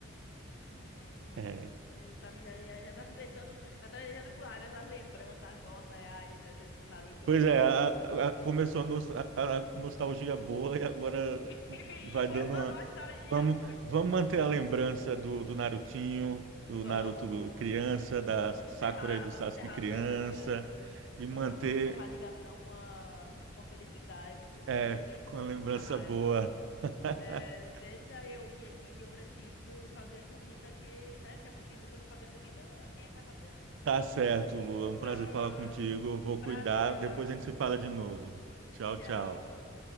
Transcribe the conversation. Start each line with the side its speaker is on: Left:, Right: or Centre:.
Left: Uhum.
Right: é.
Left: Eh, Tá me, já, já, já tá me deixando, já tá me deixando com raiva essas lembranças nossas aí do, do do Naruto,
Right: Pois
Left: viu?
Right: é, a-
Left: <laughs>
Right: a- a- começou a, nos- a- a nostalgia boa e agora
Left: E
Right: vai
Left: foi
Right: dando
Left: uma
Right: uma.
Left: nostalgia
Right: Vamos,
Left: ruim.
Right: vamos manter a lembrança do, do Narutinho,
Left: Vamos,
Right: do Naruto
Left: vamos.
Right: criança,
Left: Ai,
Right: da
Left: Vamos
Right: Sakura
Left: encerrar,
Right: e do
Left: vamos
Right: Sasuke
Left: encerrar
Right: criança,
Left: le- a liga,
Right: e manter,
Left: va- vamos encerrar a ligação com a, com com a felicidade, porque
Right: é,
Left: antes que eu
Right: com
Left: fique
Right: a lembrança
Left: com uma raiva.
Right: boa. <laughs>
Left: Eh, deixa eu ir aqui que eu preciso fazer comida que, né? Se a comida, se eu não fazer a comida, quem é que vai fazer, né?
Right: Tá certo, Lu.
Left: <laughs>
Right: É um prazer falar contigo. Eu vou
Left: Prazer
Right: cuidar. Depois
Left: falar contigo
Right: a gente
Left: de
Right: se fala
Left: novo.
Right: de novo. Tchau,
Left: Tchau.
Right: tchau.